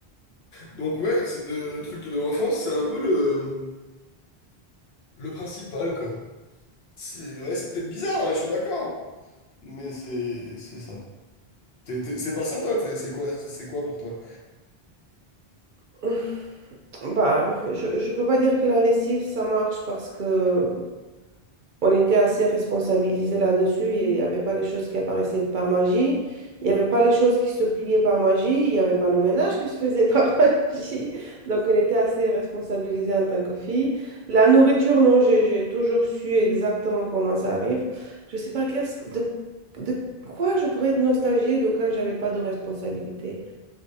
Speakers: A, on the left; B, on the right.
A: Donc ouais, c'est de trucs de l'enfance, c'est un peu le, le principal quoi. C'est ouais, c'est peut-être bizarre, hein, je suis d'accord. Mais c'est c'est ça. T'es- t'es- c'est pas ça toi, t'es- c'est quoi, c'est c'est quoi pour toi?
B: <laughs> Bah, je ne peux pas dire que la lessive, ça marche parce que on était assez responsabilisés là-dessus. Il n'y avait pas les choses qui apparaissaient par magie. Il n'y avait pas les choses qui se pliaient par magie. Il n'y avait pas le ménage qui se faisait <laughs> par magie. Donc, on était assez responsabilisés en tant que filles. La nourriture, non, j'ai j'ai toujours su exactement comment ça arrive. Je ne sais pas qu'est-ce que- de, de quoi je pourrais être nostalgique de quand j'avais pas de responsabilité.